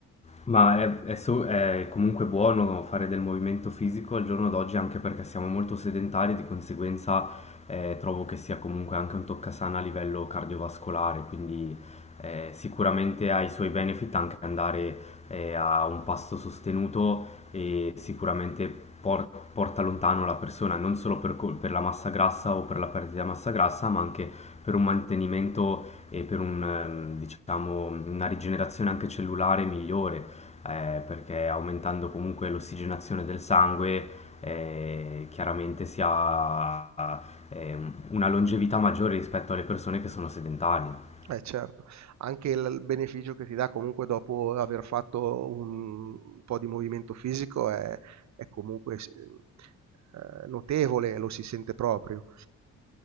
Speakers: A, on the left; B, on the right.
A: Ma è, è so- è comunque buono fare del movimento fisico al giorno d'oggi anche perché siamo molto sedentari, di conseguenza eh, trovo che sia comunque anche un toccasana a livello cardiovascolare, quindi eh, sicuramente ha i suoi benefit anche andare eh, a un pasto sostenuto e sicuramente por- porta lontano la persona, non solo per, co- per la massa grassa o per la perdita di massa grassa, ma anche per un mantenimento e per un, ehm, diciamo, una rigenerazione anche cellulare migliore eh, perché aumentando comunque l'ossigenazione del sangue eh, chiaramente si ha eh, una longevità maggiore rispetto alle persone che sono sedentarie.
B: Eh certo, anche il il beneficio che ti dà comunque dopo aver fatto un po' di movimento fisico è è comunque s ehm, notevole, lo si sente proprio.